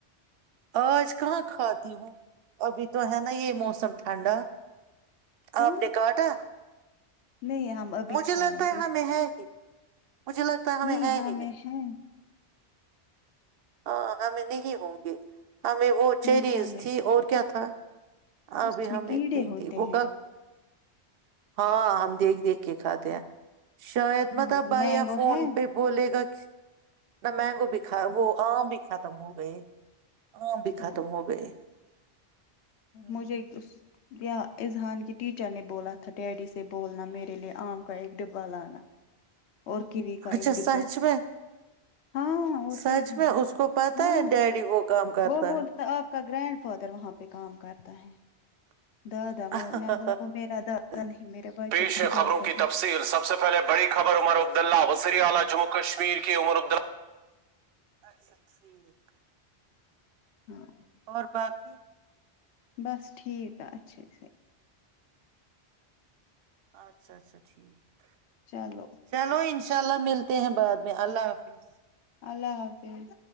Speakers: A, on the right; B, on the left.
A: آج کہاں کھاتی ہوں ابھی تو ہے نا یہ موسم ٹھنڈا
B: کیوں
A: اپ نے کاٹا
B: نہیں ہم ابھی
A: مجھے
B: کھائیں
A: لگتا ہے
B: گے
A: ہمیں ہے ہی مجھے لگتا ہے
B: نہیں
A: ہے
B: ہمیں
A: ہی
B: ہے
A: ہاں ہمیں نہیں ہوں گے ہمیں وہ چیریز
B: نہیں ہمیں
A: تھی اور کیا تھا ابھی
B: اس میں
A: ہم
B: کیڑے
A: اتنی
B: ہوتے
A: تھی وہ
B: ہیں
A: کل ہاں ہم دیکھ دیکھ کے کھاتے ہیں شاید
B: ہاں
A: متا بھیا
B: مینگو
A: فون
B: ہے
A: پہ بولے گا نہ مینگو بھی کھا وہ عام بھی ختم ہو گئے آم بھی
B: چلو
A: ختم ہو گئے ہوں
B: مجھے ایک دوس کیا اذہان کی ٹیچر نے بولا تھا ڈیڈی سے بولنا میرے لیے آم کا ایک ڈبہ لانا اور کیوی کا
A: اچھا
B: ایک ڈبہ
A: سچ میں
B: ہاں اور
A: سچ
B: کیا اذہان
A: میں
B: کی،
A: اس کو پتا
B: ہاں
A: ہے ڈیڈی وہ کام کرتا
B: وہ بولتا
A: ہے
B: آپ کا گرینڈ فادر وہاں پہ کام کرتا ہے <inaudible>
A: <unintelligible>
B: وہ میں نے بولا وہ میرا دادا نہیں میرے بچے کا دادا ہے
A: <unintelligible>
B: ہاں
A: اور باقی
B: بس ٹھیک ہے اچھے سے
A: اچھا اچھا ٹھیک
B: چلو
A: چلو انشاء اللہ ملتے ہیں بعد میں اللہ حافظ
B: اللہ حافظ